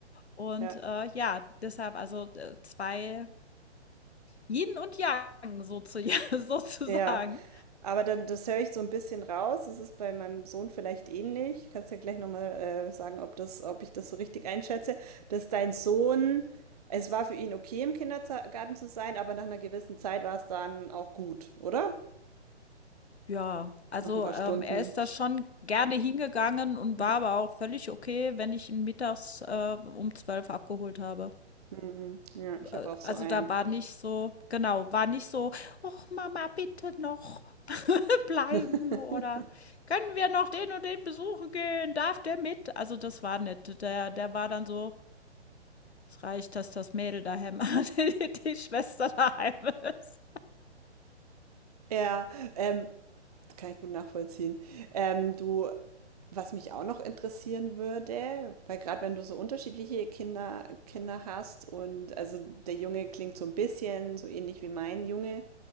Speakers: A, on the left (about 70°); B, on the right (about 35°).
A: Und,
B: ja,
A: äh, ja, deshalb also, äh, 2 Yin und Yang sozu <laughs> sozusagen.
B: ja. Aber dann, das höre ich so ein bisschen raus. Es ist bei meinem Sohn vielleicht ähnlich. Du kannst ja gleich nochmal äh, sagen, ob das, ob ich das so richtig einschätze, dass dein Sohn, es war für ihn okay, im Kindergarten zu sein, aber nach einer gewissen Zeit war es dann auch gut, oder?
A: Ja, also,
B: Nach ein paar
A: ähm,
B: Stunden.
A: er ist da schon gerne hingegangen und
B: Mhm.
A: war aber auch völlig okay, wenn ich ihn mittags, äh, um 12 abgeholt habe.
B: Mhm. Ja, ich
A: Äh,
B: habe auch so
A: also,
B: einen.
A: da war
B: Ich.
A: nicht so genau, war nicht so: „Och, Mama, bitte noch <laughs> bleiben“
B: <laughs>
A: oder „Können wir noch den und den besuchen gehen? Darf der mit?“ Also, das war nett. Der der war dann so Es reicht, dass das Mädel daheim, <laughs> die, die Schwester daheim ist.
B: Ja, ähm, das kann ich gut nachvollziehen. Ähm, du, Was mich auch noch interessieren würde, weil gerade wenn du so unterschiedliche Kinder, Kinder hast und also der Junge klingt so ein bisschen so ähnlich wie mein Junge,